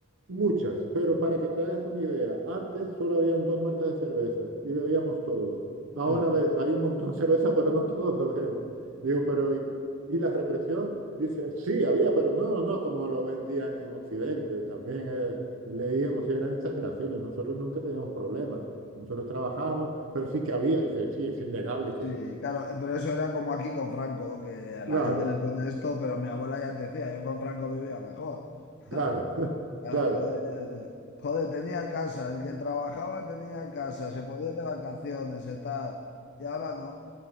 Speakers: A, on the right (about 75°); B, on the left (about 55°).
A: muchas, pero para que te hagas una idea, antes solo habían dos marcas de cervezas y bebíamos todos. Ahora
B: mm.
A: ves, hay un montón de cerveza, pero no todos bebemos. Digo, pero ¿y, y la represión? Dice, sí, había, pero no, no, como lo vendían en Occidente. También eh, leíamos y eran exageraciones. Nosotros nunca teníamos problemas. Nosotros trabajábamos, pero sí que había. Dice, sí, es innegable que...
B: Sí, claro, eh, pero eso era como aquí con Franco, que a
A: Claro,
B: la gente le pone esto, pero mi abuela ya te decía, yo con Franco vivía mejor.
A: claro,
B: <laughs>
A: <laughs>
B: Claro,
A: claro,
B: joder, ya- ya. Joder, tenía casa, el que trabajaba tenía casa, se podía ir de vacaciones y tal, y ahora no.